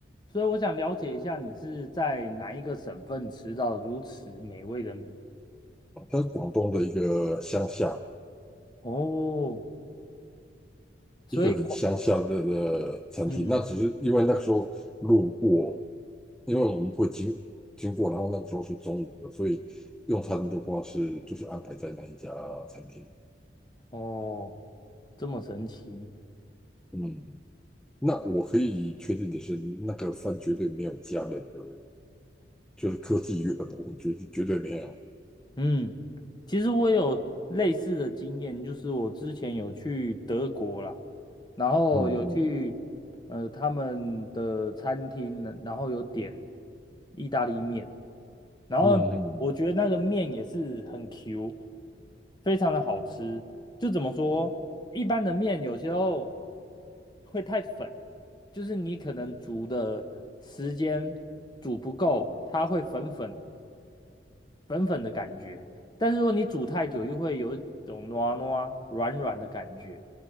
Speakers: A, on the left; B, in the centre.
A: 所以我想了解一下，你是在哪一个省份吃到如此美味的米？
B: 它是广东的一个乡下
A: 哦，所以，
B: 一个很乡下的的餐厅，
A: 嗯，
B: 那只是因为那时候路过，因为我们会经经过，然后那个时候是中午的，所以用餐的话是就是安排在那一家餐厅。
A: 哦。这么神奇，
B: 嗯，那我可以确定的是，那个饭绝对没有加任何，就是科技与狠活，绝对绝对没有。
A: 嗯，其实我有类似的经验，就是我之前有去德国啦，然后有去呃他们的餐厅，
B: 嗯嗯
A: 然后有点意大利面，然后我觉得那个面也是很
B: 嗯
A: Q，非常的好吃。就怎么说，一般的面有时候会太粉，就是你可能煮的时间煮不够，它会粉粉。粉粉的感觉，但是如果你煮太久，又会有一种糯啊糯啊软软的感觉。